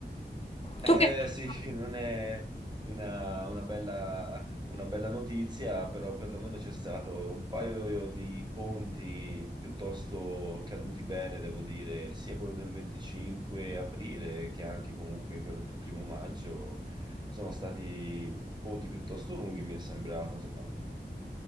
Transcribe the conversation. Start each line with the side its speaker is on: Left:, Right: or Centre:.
Right: Eh
Left: Tu che fai?
Right: sì, <laughs> non è una, una bella, una bella notizia, però perlomeno c'è stato un paio di ponti piuttosto caduti bene, devo dire, sia quello del 25 aprile che anche comunque quello del primo maggio. Sono stati ponti piuttosto lunghi, mi è sembrato, insomma,